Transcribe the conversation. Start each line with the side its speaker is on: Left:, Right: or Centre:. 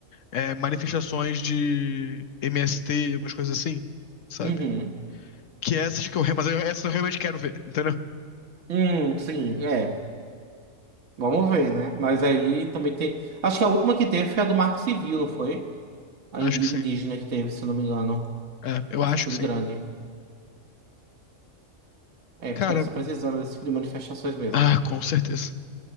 Left: é, manifestações de MST, umas coisas assim, sabe?
Right: Uhum.
Left: Que essas que eu, re- mas eu- essas eu realmente quero ver, entendeu?
Right: Hum, sim, é. Vamos ver, né? Mas aí também tem. Acho que a última que teve foi a do Marco Civil, não foi? a
Left: Acho
Right: indi-
Left: que sim.
Right: indígena que teve, se eu não me engano.
Left: É, eu
Right: E
Left: acho
Right: Foi bem
Left: que sim.
Right: grande. É,
Left: Cara,
Right: pre- só precisando desse tipo de manifestações mesmo.
Left: ah, com certeza.